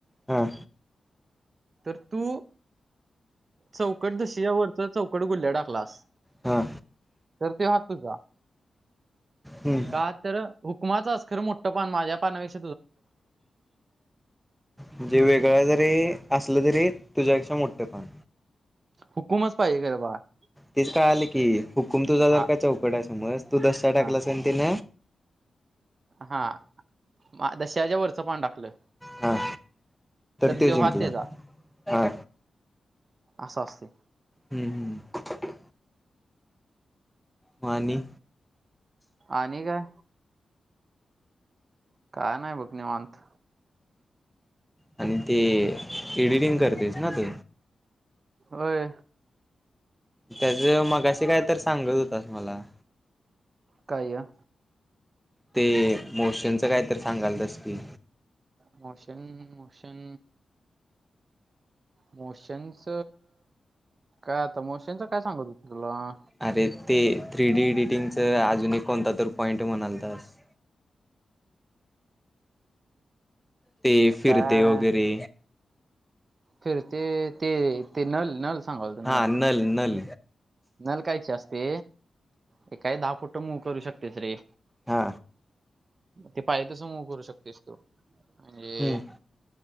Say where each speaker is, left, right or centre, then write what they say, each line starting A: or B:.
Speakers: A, in the centre; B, on the right.
A: हा
B: तर तू चौकट दशी या वरच चौकट गुल्या टाकलास
A: हा
B: तर ते हात तुझा
A: हम्म.
B: का तर हुकमाचाच खरं मोठं पाण माझ्या पानापेक्ष
A: म्हजे वेगळ जरी असलं तरी तुझ्यापेक्षा मोठठं पाण
B: हुकुमच पाहिजे <unintelligible>
A: तेच कळाल की हुकुम तुझा
B: हा
A: जर का चौकट आहे समज तू दशा
B: हा
A: टाकलास अन् तेन
B: हा दश्याच्या वरचं पाण टाकलं.
A: हा
B: तर
A: तो
B: त्यो
A: जिंकला
B: हात तेजा.
A: हा
B: असं असतंय.
A: हम्म हम्म म आणि
B: आणि काय काय नाही बग निवांत.
A: आणि ते एडिटिंग करतेस ना तू.
B: अय्
A: त्याज मगाशी काय तर सांगत होतास मला.
B: काय ह्य
A: ते मोशनचं कायतर सांगलतास की.
B: मोशन मोशन मोशनच काय आता मोशनच काय सांगत होतो? तुला
A: अरे ते थ्री डी एडिटिंगच अजून एक कोणता तर पॉईंट म्हणालतास ते फिरते
B: काय
A: वगैरे
B: फिरते ते ते नल नल सांगाल तर
A: हा नल नल
B: नल कायची असते ते काय दहा फुट मुव्ह करू शकतेच रे.
A: हा
B: ते पाय तस मुव्ह करू शकतेस तू. म्हणजे
A: हम्म